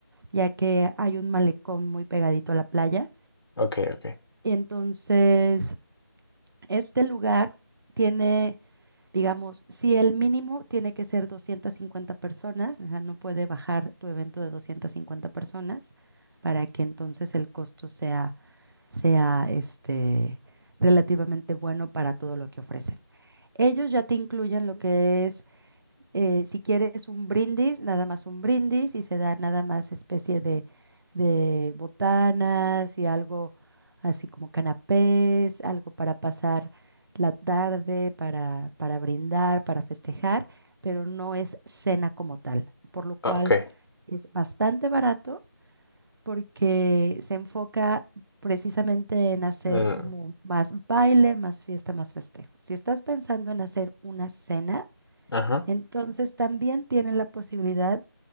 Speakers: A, on the right; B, on the left.
A: ya que hay un malecón muy pegadito a la playa.
B: Ok, ok.
A: Y entonces, este lugar tiene Digamos, si el mínimo tiene que ser 250 personas, o sea, no puede bajar tu evento de 250 personas para que entonces el costo sea, sea este, relativamente bueno para todo lo que ofrecen. Ellos ya te incluyen lo que es eh, si quieres un brindis, nada más un brindis y se da nada más especie de, de botanas y algo así como canapés, algo para pasar la tarde, para, para brindar, para festejar, pero no es cena como tal, por lo cual
B: Oh, Ok.
A: es bastante barato porque se enfoca precisamente en hacer
B: Mm,
A: como más baile, más fiesta, más festejo. Si estás pensando en hacer una cena,
B: ajá.
A: entonces también tienen la posibilidad